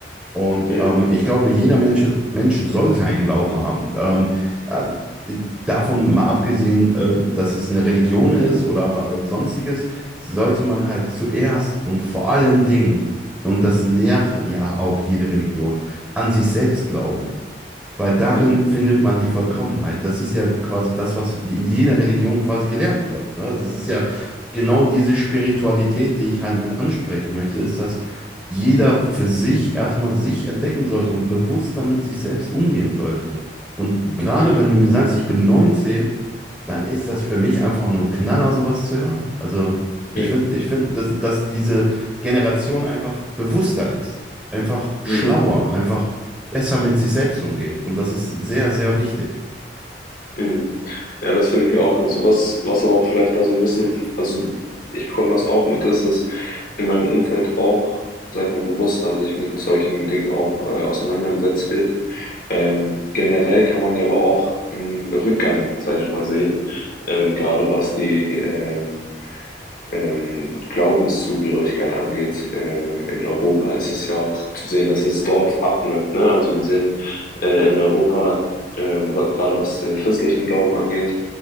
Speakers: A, in the centre; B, on the left.
A: Und
B: Mhm.
A: ähm, ich glaube, jeder Mensch, Mensch sollte einen Glauben haben. Ähm, äh, davon mal abgesehen, äh, dass es eine Religion ist oder äh, sonstiges, sollte man halt zuerst und vor allen Dingen, und das lehrt ja auch jede Religion, an sich selbst glauben. Weil darin
B: Mhm.
A: findet man die Vollkommenheit. Das ist ja quasi das, was in jeder Religion quasi gelehrt wird. Ne? Also es ist ja genau diese Spiritualität, die ich halt mit ansprechen möchte, ist, dass jeder für sich erstmal sich entdecken sollte und bewusster mit sich selbst umgehen sollte. Und gerade
B: Mhm.
A: wenn du mir sagst, ich bin 19 dann ist das für mich einfach nur Knaller, sowas zu hören. Also ich
B: Mhm.
A: finde, ich finde, dass, dass diese Generation einfach bewusster ist, einfach schlauer,
B: Mhm.
A: einfach besser mit sich selbst umgeht. Und das ist sehr, sehr wichtig.
B: Mhm. Ja, das finde ich auch. Also was, was aber auch vielleicht da so ein bisschen, also ich bekomme das auch mit, dass es in meinem Umfeld auch, sag ich mal, bewusster sich mit solchen Dingen auch äh, auseinandergesetzt wird. Ähm, generell kann man ja aber auch einen Rückgang, sag ich mal, sehen, ähm, gerade was die, ähm, ähm, Glaubenszugehörigkeit angeht. Ähm, in Europa ist es ja auch zu sehen, dass es dort abnimmt. Ne? Also wir sehen äh, in Europa, ähm, wa- gerade was den christlichen Glauben angeht,